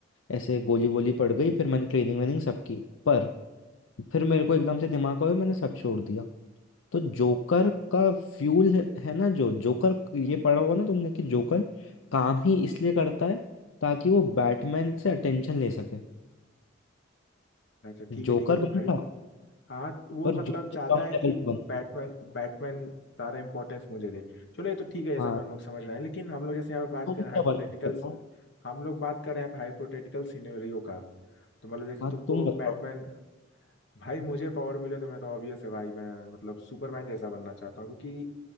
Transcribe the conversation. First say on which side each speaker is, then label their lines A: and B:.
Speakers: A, on the left (about 75°); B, on the left (about 60°).
A: ऐसे गोली गोली पड़ गई फिर मैंने ट्रेनिंग वेनिंग सब की पर फिर मेरे को एकदम से दिमाग आया मैंने सब छोड़ दिया तो जोकर का फ्यूल है, है ना जो जोकर ये पढ़ा होगा ना तुमने कि जोकर काम ही इसलिए करता है ताकि वो बैटमैन से अटेंशन ले सके
B: अच्छा ठीक है
A: जोकर
B: ठीक है तुम्हारी
A: बनता
B: हाँ वो
A: पर
B: मतलब
A: जोकर
B: चाहता
A: कम
B: है
A: लेवल
B: कि
A: पे बनता
B: बैटमैन बैटमैन सारा इंपॉर्टेंस मुझे दे चलो ये तो ठीक है ये
A: हाँ
B: सब हम लोग समझ रहे हैं लेकिन हम लोग जैसे यहाँ पे बात
A: तुम
B: कर रहे
A: क्या
B: हैं हाइपोथेटिकल
A: बनते हो? बताओ
B: हम लोग बात कर रहे हैं हाइपोथेटिकल सिनेरियो का तो मतलब जैसे
A: हाँ
B: तुमको
A: तुम बताओ
B: बैटमैन भाई मुझे पावर मिले तो मैं तो ऑब्वियस है भाई मैं मतलब सुपरमैन जैसा बनना चाहता हूँ क्योंकि